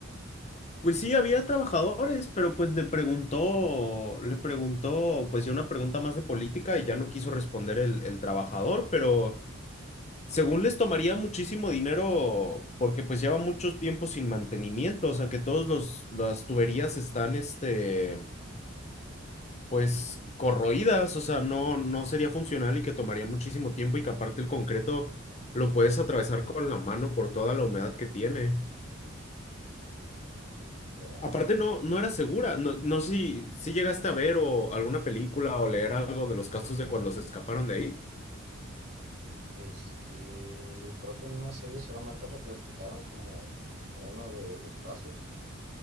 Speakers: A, on the left; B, on the right.
A: Pues sí, había trabajadores, pero pues le preguntó, le preguntó, pues ya una pregunta más de política y ya no quiso responder el, el trabajador, pero. Según les tomaría muchísimo dinero porque pues lleva mucho tiempo sin mantenimiento, o sea que todos los las tuberías están este pues corroídas, o sea, no no sería funcional y que tomaría muchísimo tiempo y que aparte el concreto lo puedes atravesar con la mano por toda la humedad que tiene.
B: Ya,
A: Aparte no no era segura, no no sé si si llegaste a ver o alguna película o leer algo de los casos de cuando se escaparon de ahí.
B: Este, creo que en una serie solamente representaron como uno de los casos